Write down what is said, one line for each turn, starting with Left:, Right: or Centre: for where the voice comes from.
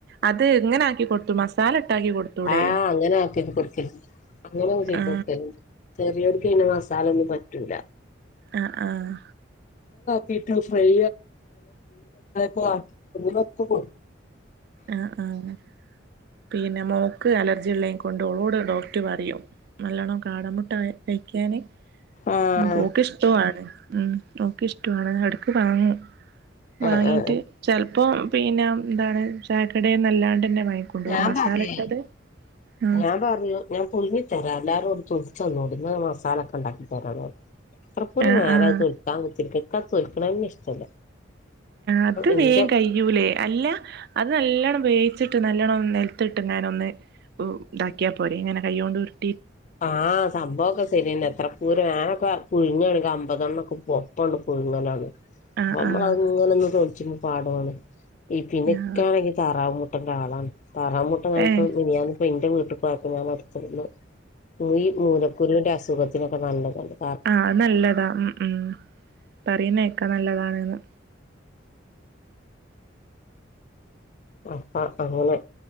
Right: അത് ഇങ്ങനെ ആക്കി കൊടുത്തു മസാല ഇട്ടാക്കി കൊടുത്തൂടെ
Left: ആഹ് അങ്ങനെ ആക്കി കൊടുക്ക് അങ്ങനൊന്ന് ചെയ്ത്
Right: ആ
Left: കൊടുക്കരുണ്ട് <unintelligible> ഇവർക്ക് പിന്നെ മസാല ഒന്നും പറ്റൂല.
Right: ആഹ് ആഹ്
Left: ബീറ്റ് ഫ്രൈ പോല <unintelligible> കൊടുക്
Right: ആഹ് ആഹ് പീന മോക്ക് അല ജിലേം കൊണ്ട് ഓളോട് ഡോക്ടർ പറയും നല്ലോണ്ണം കാടമുട്ട ക കയി ക്കാനി
Left: ആഹ്
Right: ഉം പോക്കിഷ്ടാണ് ഉം ഒക്കെഇഷ്ടമാണ് ഇടക്ക് വാങ്ങും
Left: ആഹ്
Right: വാങ്ങീട്ട്
Left: ആഹ്
Right: ചെലപ് ഇപ്പൊ പിന്നെ എന്താണ് ചായക്കടേന്നല്ലാണ്ടന്നെ കൊണ്ട്
Left: ഞാൻ
Right: ഒരു മസാല
Left: പറയേ
Right: ഇട്ടത് ഉം
Left: ഞാൻ പറഞ്ഞു ഞാൻ പുഴുങ്ങി തരാ എല്ലാരോടും ചന്നോ മസാലക്കെ ഉണ്ടാക്കി തരാന്ന് പറഞ്ഞു അത്രക്ക ഒരു
Right: ആഹ്
Left: നേരം
Right: ആഹ്
Left: അത് തൊൽക്കാൻ പറ്റിരിക്ക <unintelligible> അന്നെൻ ഇഷ്ടല്ല
Right: അത്
Left: ഇന്റെ
Right: വേയം കഴിയ്യൂലേ അല്ല അത് നല്ലോണം വേയിച്ചിട്ട് നല്ലോണ്ണം നെൽ ത്തിട്ടിങ്ങാനൊന്ന് ഇതാക്കിയൽ പോരെ ഇങ്ങനെ കൈൊണ്ട് ഉരുട്
Left: ആ സംഭവമൊക്കെ ശരി അന്നെ എത്ര പൂരം നൊക്കെ കുഴിഞ്ഞു കെടക്കുവാ അപ്പതന്നൊക്കെ <unintelligible> പോയിങ്ങനാണ്
Right: ആഹ്
Left: നമ്മളങ്ങനൊന്നും
Right: ആഹ്
Left: ചോദിച്ചി പാടുവാണ് ഈ പിനുക്കാണെങ്കി
Right: ആഹ്
Left: താറാവുമു ന്റാളാണ് താറമുട്ട വാങ്ങിയപ്പം
Right: ഏഹ്
Left: മിനിയാന്നിപ്പം എനിക്ക് വീട്ടി പോയപ്പം ഞാൻ മടുത്തിരുന്നു ഈ മൂലക്കുരുവിന്റെ അസുഖം ഇതൊക്കെ നല്ലതല്ലെ
Right: ആ അതല്ലതാ ഉം ഉം പറയുന്നേക്കാ നല്ലതാണന്ന്
Left: അപ്പ അങ്ങനെ